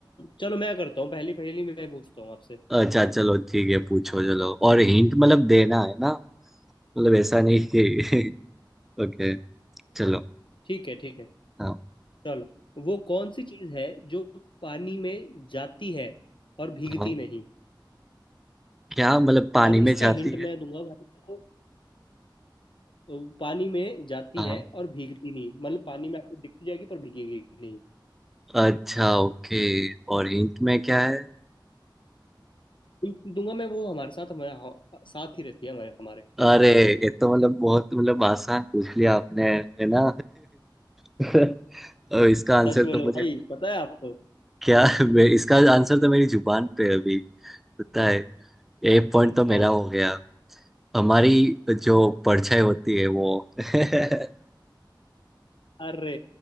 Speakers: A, on the left; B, in the centre.
A: चलो मैं करता हूँ पहली पहेली मैं पूछता हूँ आपसे
B: अच्छा चलो ठीक है पूछो चलो और हिंट मतलब देना है ना मतलब ऐसा नहीं कि <laughs> ओके चलो
A: ठीक है ठीक है
B: हाँ
A: चलो वो कौन सी चीज़ है जो पानी में जाती है और भीगती
B: हाँ
A: नहीं
B: क्या मतलब पानी
A: और इसका
B: में जाती
A: हिंट
B: है
A: मैं दूंगा भाई आपको। अ, पानी में जाती
B: हाँ
A: है और भीगती नहीं मतलब पानी में आपको दिखती जाएगी पर भीगेगी नहीं
B: अच्छा ओके और हिंट में क्या है
A: बिल्कुल दूंगा मैं वो हमारे साथ हमारे हाँ- साथ ही रहती है हमारे हमारे हमेशा
B: अरे ये तो मतलब बहुत मतलब आसान पूछ लिया आपने है ना <laughs> और इसका आंसर
A: सच बोलो
B: तो मुझे
A: भाई पता है आपको
B: क्या मैं, इसका आंसर तो मेरी जुबान पे है अभी पता है एक पॉइंट
A: चलो
B: तो
A: बताओ
B: मेरा हो गया हमारी जो परछाई होती है वो <laughs> अरे
A: अरे